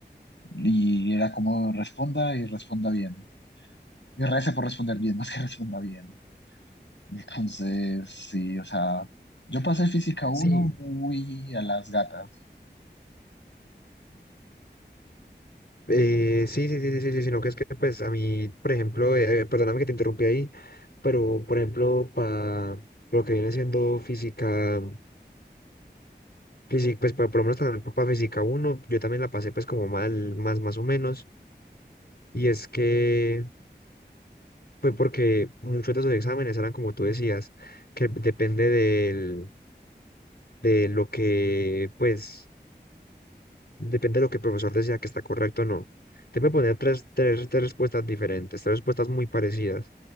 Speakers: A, on the left; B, on the left.
A: y era como responda y responda bien. Y rece por responder bien, <laughs> más que responda bien. Entonces, sí, o sea, yo pasé física uno
B: Sí,
A: muy a las gatas.
B: Eh, sí, sí, sí, sí, sí, sí, sino que es que, pues, a mí, por ejemplo, eh, perdóname que te interrumpí ahí, pero, por ejemplo, para lo que viene siendo física, física, pues, pa- por lo menos también para física uno yo también la pasé, pues, como mal, más, más o menos, y es que fue porque muchos de esos exámenes eran, como tú decías, que depende del, de lo que, pues, depende de lo que el profesor decía que está correcto o no. Te voy a poner tres, tres, tres respuestas diferentes, tres respuestas muy parecidas